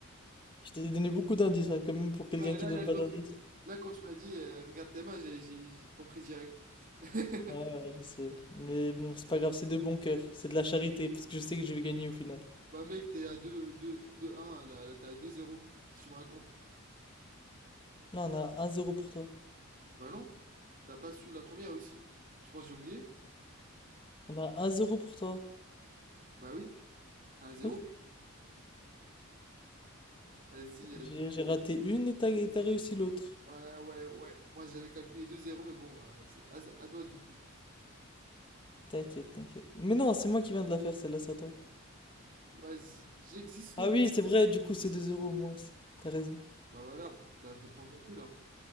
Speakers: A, on the left (about 25°); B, on the right (about 40°).
A: Je t'ai donné beaucoup d'indices, hein, quand même, pour quelqu'un
B: Ouais,
A: qui
B: là,
A: donne
B: là,
A: pas
B: quand
A: d'indices.
B: tu, là, quand tu m'as dit, euh, regarde tes mains, j'ai j'ai- j'ai compris direct. <laughs>
A: Ouais, ouais, je sais. Mais bon, c'est pas grave, c'est de bon cœur. C'est de la charité, parce que je sais que je vais gagner au final.
B: Bah mec, t'es à deux deux deux un là, là, t'es à 2-0. Qu'est-ce que tu me racontes?
A: Là, on a un zéro pour toi.
B: Bah non, t'as pas su la première aussi. Tu penses que j'ai oublié?
A: On a un zéro pour toi.
B: Bah oui, un zéro
A: Oui?
B: Vas-y,
A: J'ai
B: vas-y.
A: j'ai raté une et t'as et t'as réussi l'autre.
B: Ouais, ouais, ouais. Moi j'avais calculé deux zéro mais bon, euh, c'est à, à toi du coup.
A: T'inquiète, t'inquiète. Mais non, c'est moi qui viens de la faire, celle-là, c'est à toi.
B: Vas-y, j'existe seulement.
A: Ah oui, c'est vrai, du coup, c'est deux 0 au moins. T'as raison.
B: Bah voilà, t'as fait ton calcul, hein.